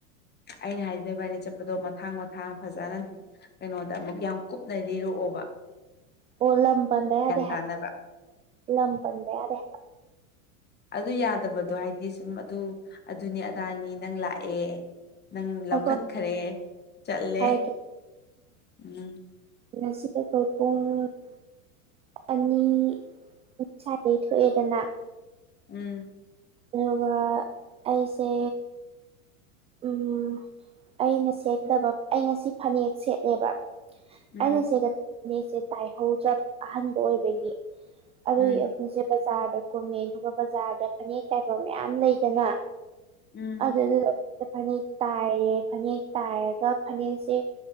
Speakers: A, on the left (about 25°); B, on the right (about 15°).
A: ꯑꯩꯅ ꯍꯥꯏꯕꯗꯤ ꯅ‌ꯣꯏꯕꯥꯏꯅꯤ ꯆꯠꯄꯗꯣ ꯃꯊꯥꯡ ꯃꯊꯥꯡ ꯐꯖꯅ ꯀꯩꯅꯣꯗ ꯑꯃꯨꯛ ꯌꯥꯝ ꯀꯨꯞꯅꯔꯤꯔꯛꯑꯣꯕ
B: ꯑꯣ ꯂꯝꯄꯟꯕ ꯌꯥꯗ‌ꯦ ꯍꯥꯏꯕ
A: ꯇꯥꯅꯕ
B: ꯂꯝꯄꯟꯕ ꯌꯥꯗ‌ꯦ ꯍꯥꯏꯕ
A: ꯑꯗꯨ ꯌꯥꯗꯕꯗꯣ ꯍꯥꯏꯗꯤ ꯁꯨꯝ ꯑꯗꯨ ꯑꯗꯨꯅꯤ ꯑꯗꯥꯅꯤ ꯅꯪ ꯂꯥꯛꯑꯦ ꯅꯪ ꯂꯧꯈꯠꯈꯔꯦ
B: ꯑꯩꯈꯣꯏ
A: ꯆꯠꯂꯦ
B: ꯍꯥꯏꯔꯛꯀꯦ
A: ꯎꯝ
B: <unintelligible> ꯑꯅꯤꯁꯥꯏꯗꯒꯤ ꯊꯣꯛꯑꯦꯗꯅ
A: ꯎꯝ
B: ꯑꯗꯨꯒ ꯑꯩꯁꯦ ꯎꯝ ꯑꯩꯅ ꯁꯦꯠꯇꯕ ꯑꯩ ꯉꯁꯤ ꯐꯅꯦꯛ ꯁꯦꯠꯂꯦꯕ
A: ꯎꯝ
B: ꯑꯩꯅ ꯁꯦꯠꯀꯗ ꯇꯥꯏꯍꯧꯗ꯭ꯔ‌ꯕ ꯑꯍꯟꯥꯟꯕ ꯑꯣꯏꯕꯒꯤ ꯑꯗꯨꯏ
A: ꯎꯝ
B: ꯑꯩꯈꯣꯏꯁꯦ ꯕꯖꯥꯔꯗ ꯀꯨꯝꯃꯦ ꯑꯗꯨꯒ ꯕꯖꯥꯔꯗ ꯐꯅꯦꯛ ꯇꯥꯏꯕ ꯃꯌꯥꯝ ꯂꯩꯗꯅ
A: ꯎꯝ
B: ꯑꯗꯨꯗ ꯐꯅꯦꯛ ꯇꯥꯏꯔꯦ ꯐꯅꯦꯛ ꯇꯥꯏꯔꯒ ꯐꯅꯦꯛꯁꯦ